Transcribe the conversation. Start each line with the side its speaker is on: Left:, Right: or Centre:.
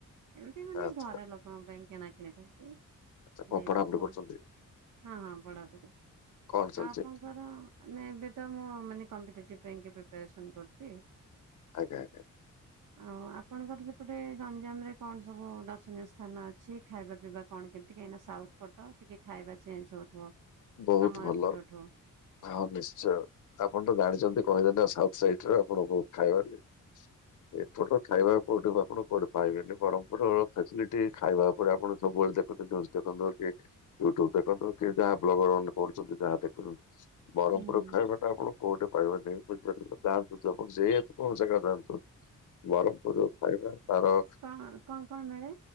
Right: ଏମତି ମାନେ
Left: ଆଚ୍ଛା।
Right: ଘର ଲୋକଙ୍କ ପାଇଁ କିଣାକିଣି ପାଇଁ କି।
Left: ଆଚ୍ଛା କଣ
Right: ଯାଇ
Left: ପଢାପଢି
Right: ଥିଲୁ ଆଉ।
Left: କରୁଛନ୍ତି
Right: ହଁ ହଁ, ବଡାବଡି
Left: କଣ ଚାଲିଛି
Right: ଆଉ ଆପଣ ଙ୍କର ନାଇଁ ଏବେ ତ ମୁଁ ମାନେ କମ୍ପିଟିଟିପ୍ ପାଇଁକି ପ୍ରିପେଆରସନ୍ କରୁଚି।
Left: ଆଜ୍ଞା! ଆଜ୍ଞା!
Right: ଆଉ ଆପଣଙ୍କର ସେପଟେ ଗଞ୍ଜାମ ରେ କଣ ସବୁ ଦର୍ଶନୀୟ ସ୍ଥାନ ଅଛି। ଖାଇବା ପିଇବା କଣ କେମତି କାଇଁନା ସାଉଥ୍ ପଟ ଟିକେ ଖାଇବା ଚେଞ୍ଜ ହୋଉଥୁବ।
Left: ବହୁତ
Right: ଆମ
Left: ଭଲ।
Right: ଏପଟ ଠୋଉଁ।
Left: ହଁ ନିଶ୍ଚୟ ଆପଣ ତ ଜାଣିଚନ୍ତି କହିଦେଲେ ସାଉଥ୍ ସାଇଡ୍ ର ଆପଣ ବୋହୁତ୍ ଖାଇବା ଦେଲେ। ହଁ <unintelligible> ଛୋଟ ଖାଇବାକୁ କୋଉଠିବି ଆପଣ କୁଆଡୁ ପାଇବେନି। ବରହମପୁରୁର ଫେସିଲିଟି ଖାଇବା ଓପେରେ ଆପଣ ସବୁବେଳେ ଦେଖୁଚନ୍ତି ଦେଖନ୍ତୁ କି ୟୁଟ୍ୟୁବ୍ ଦେଖନ୍ତୁ କି ଯା ବ୍ଲଗର ମାନେ କରୁଚନ୍ତି ଯାହା ଦେଖୁଚନ୍ତି, ବରହମପୁରର
Right: ହୁଁ
Left: ଖାଇବା ସେଟା ଆପଣ କୋଉଠି ପାଇବେନି। ବୁଝିପାରୁଚନ୍ତିତ ଯାଆନ୍ତୁ <unintelligible> ଯାଆନ୍ତୁ ବରହମପୁରୁ ଖାଇବା ତାର
Right: କଣ କଁଣ୍ କଁଣ୍ ମିଳେ